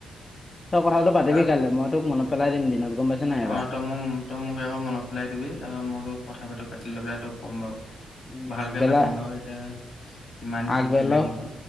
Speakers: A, on the left (about 35°); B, on the left (about 65°).
A: কথাটো পাতিবি
B: হা
A: কাইলে। মই তোক মনত পেলাই দিম দিনত। গম পাইছ নাই এবাৰ
B: অ' তই মোক তই মোক এবাৰ মনত পেলাই দিবি, তাৰপৰা মই তোক কথা পাতি লৈ পেলাই তোক ক'ম বাৰু!
A: উম,
B: ভালকে
A: আগবেলা
B: পাতিম বাৰু। এতিয়া কিমান কি
A: আগবেলাও
B: কি লাগিব।